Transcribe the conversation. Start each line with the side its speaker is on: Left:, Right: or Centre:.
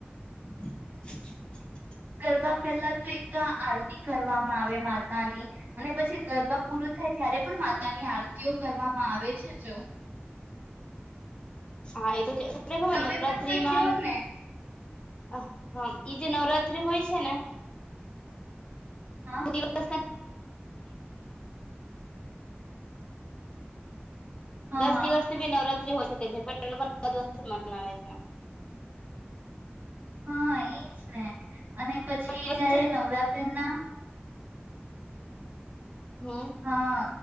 Left: <inaudible>
Right: ગરબા પહેલા તો એક તો આ આરતી કરવામાં આવે માતાની અને પછી ગરબા પૂરો થાય ત્યારે પણ માતા ની આરતી ઓ કરવામાં આવે છે જો
Left: હા એ તો છે તને ખબર
Right: તમે
Left: નવરાત્રી
Right: પણ કઈ
Left: મા
Right: કયો
Left: આમ
Right: ને
Left: અહ હમ્મ ઈ જે નવરાત્રી હોય છે ને
Right: હા
Left: દિવસ <unintelligible>
Right: હા
Left: દસ
Right: હા
Left: દિવસ તો ભી નવરાત હોય સકે છે પણ એ વાત હર વાત થી મનાવે છે.
Right: હા એજ ને અને પછી
Left: દસ
Right: જયારે નવરાત્રી ના
Left: હમ
Right: હા